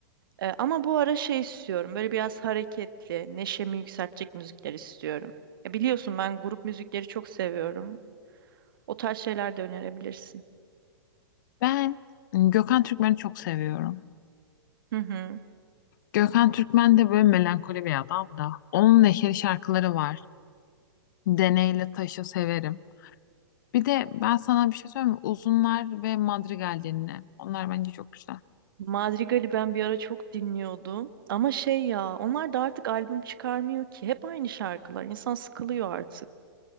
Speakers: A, on the right; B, on the left.
A: Ee, ama bu ara şey istiyorum. Böyle biraz hareketli, neşemi yükseltecek müzikler istiyorum. Ya biliyorsun ben grup müzikleri çok seviyorum. O tarz şeyler de önerebilirsin.
B: Ben m, Gökhan Türkmen'i çok seviyorum.
A: Hı hı.
B: Gökhan Türkmen de böyle melankoli bir adam da. Onun neşeli şarkıları var. Deneyle Taş'ı severim. Bir de ben sana bir şey söyleyeyim mi? Uzunlar ve Madrigal dinle. Onlar bence çok güzel.
A: Madrigal'i ben bir ara çok dinliyordum. Ama şey ya, onlar da artık albüm çıkarmıyor ki. Hep aynı şarkılar. İnsan sıkılıyor artık.